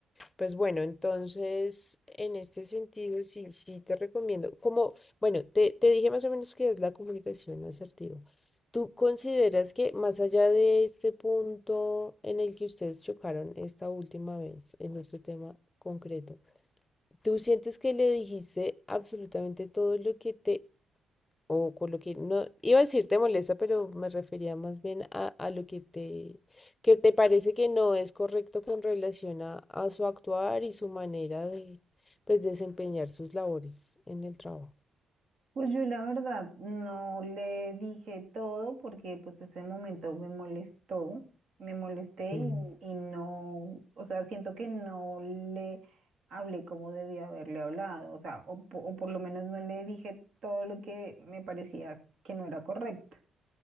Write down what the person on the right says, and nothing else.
Pues yo la verdad no le dije todo porque pues ese momento me molestó, me molesté
y, y no, o sea, siento que no le hablé como debía haberle hablado, o sea, o, po- o por lo menos no le dije todo lo que me parecía que no era correcto.